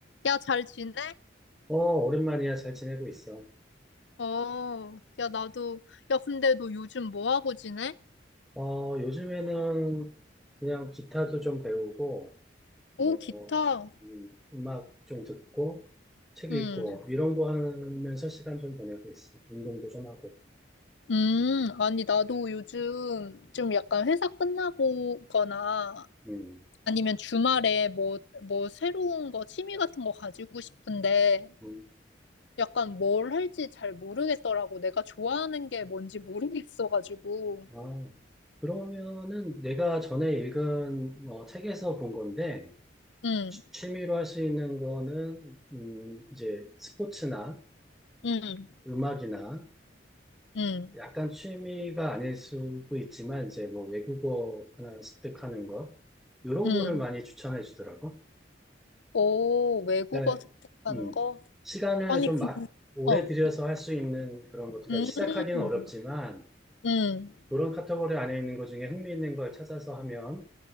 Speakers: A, on the left (about 75°); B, in the centre.
A: 야, 잘 지내?
B: 어, 오랜만이야. 잘 지내고 있어.
A: 어, 야, 나도, 야, 근데 너 요즘 뭐 하고 지내?
B: 어, 요즘에는 그냥 기타도 좀 배우고, 뭐,
A: 오, 기타.
B: 음, 음악 좀 듣고, 책 읽고,
A: 응.
B: 이런 거 하면서 시간 좀 보내고 있어. 운동도 좀 하고.
A: 음, 아니, 나도 요즘 좀 약간 회사 끝나보거나
B: 음,
A: 아니면 주말에 뭐, 뭐 새로운 거, 취미 같은 거 가지고 싶은데
B: 음.
A: 약간 뭘 할지 잘 모르겠더라고. 내가 좋아하는 게 뭔지 모르겠어가지고.
B: 아, 그러면은 내가 전에 읽은 어, 책에서 본 건데,
A: 응,
B: 취- 취미로 할 수 있는 거는, 음, 이제 스포츠나
A: 응,
B: 음악이나
A: 응,
B: 약간 취미가 아닐 수도 있지만 이제 뭐 외국어 하나 습득하는 거 이런
A: 응.
B: 거를 많이 추천해 주더라고.
A: 오, 외국어
B: 그러니까
A: 습득하는
B: 음,
A: 거?
B: 시간을
A: 아니,
B: 좀
A: 그,
B: 막 오래
A: 어.
B: 들여서 할 수 있는 그런 것들, 그러니까
A: 음,
B: 시작하기는 어렵지만
A: 음,
B: 그런 카테고리 안에 있는 것 중에 흥미 있는 걸 찾아서 하면